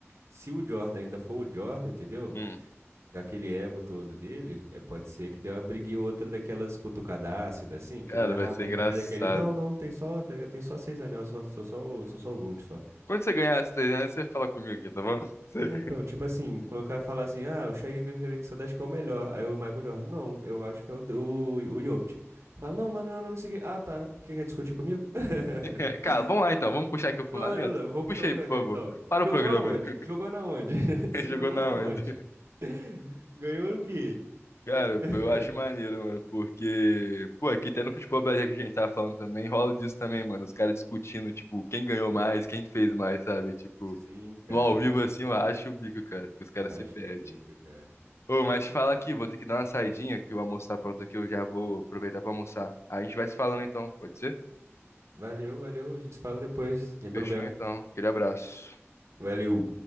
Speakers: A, on the right; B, on the left.
A: Se o Jordan ainda for o Jordan, entendeu?
B: Hum.
A: Aquele ego todo dele, é, pode ser que dê uma briguinha ou outra daquelas cutucadácidas, assim, que
B: Cara,
A: não é a
B: vai ser
A: briga,
B: engraçado.
A: mas é aqueles, não, não, tem só, tá ligado? Tem só seis anéis, só, sou só, o- sou só o Gold, só.
B: Quando você ganhar as 300, você fala comigo aqui, tá bom? Você-
A: É, então, tipo assim, quando o cara fala assim, ah, o Shaq Alexander acho que é o melhor. Aí o Michael Jordan, não, eu acho que é o, o, o Jokic. Fala, não, mano, não, não sei o quê. Ah, tá. Porque quer discutir comigo?
B: <laughs>
A: <laughs>
B: Cara, vamos lá então, vamos puxar aqui o fundamento?
A: Não, não, não, vamos puxar
B: Puxa
A: o
B: aí,
A: fundamento,
B: por favor.
A: então.
B: Para
A: Jogou
B: o programa.
A: aonde?
B: <laughs>
A: Jogou na onde? <laughs> Você
B: Jogou
A: jogou
B: na
A: na
B: onde?
A: onde? <laughs> Ganhou o quê?
B: Cara,
A: <laughs>
B: eu acho maneiro, mano, porque, pô, aqui até no futebol brasileiro que a gente tava falando também, rola disso também, mano. Os caras discutindo, tipo, quem ganhou mais, quem fez mais, sabe? Tipo,
A: Sim, cara.
B: no ao vivo assim, eu acho o bico, cara, que os caras
A: Rasca
B: se perdem.
A: o bico, cara.
B: Ô, mas te fala aqui, vou ter que dar uma saidinha, que o almoço tá pronto aqui, eu já vou aproveitar pra almoçar. A gente vai se falando então, pode ser?
A: Valeu, valeu. A gente se fala depois, sem problema.
B: Fechou então, aquele abraço.
A: Valeu.